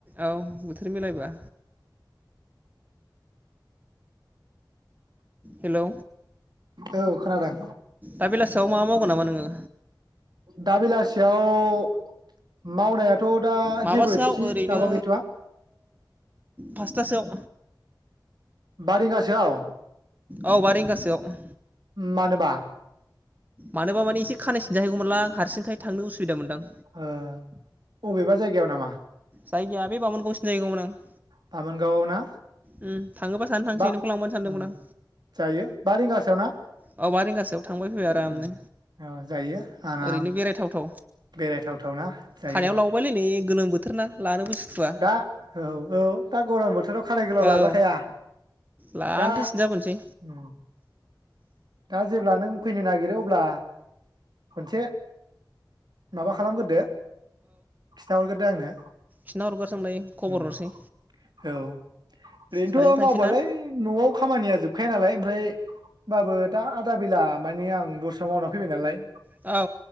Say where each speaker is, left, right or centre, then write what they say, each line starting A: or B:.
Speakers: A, on the right; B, on the right.
A: औ बोथोर मिलायबा। हेलौ
B: औ खोनादों
A: दा बेलासियाव माबा मावगोन नामा नोङो?
B: दा बेलासियाव मावनाया थ' दा
A: माबासोआव
B: जेबो थि
A: ओरैनो
B: माबा गैथ'आ।
A: पासथासोआव
B: बा रिंगासोआव।
A: औ बा रिंगासो आव।
B: मानोबा?
A: मानोबा माने एसे खानाय सिनजाहैगौमोनलां हारसिंखाय थांनो उसुबिदा मोनदां
B: ओ अबेबा जायगायाव नामा
A: जायगाया बै माबोनगाव आव सिनजाहैगौमोन आं
B: बामोनगावआव ना
A: उम थाङोबा सानै थांसै
B: बा
A: नोंखौ लांबानो सानदोंमोन
B: उ
A: आं
B: जायो बा रिंगासोयाव ना
A: औ बा रिंगासोआव थांबाय फैबाय आरामनो
B: उम औ जायो आराम
A: ओरैनो बेरायथावथाव
B: बेरायथावथावना जायो
A: खानायाव लावबायलै नै गोलोम बोथोरना लानोबो सुखुवा
B: दा औ औ दा गरम बोथोराव खानाय गोलाव
A: औ
B: लाजाखाया
A: लानथासिन
B: दा
A: जाबोनोसै
B: उम दा जेब्ला नों फैनो नागिरो अब्ला खनसे माबा खालामगोरदो। खिथा आंनो
A: खिन्थाहरगोनसो आं दायो खबर
B: उम
A: हरसै।
B: औ ओरैनोथ
A: सानैजों थांसै
B: मावबालाय
A: ना
B: नआव खामानिया जोब गखाया नालाय ओमफ्राय होमबाबो दा आदा बेला मानि आं दस्रायाव मावना फैबाय नालाय
A: औ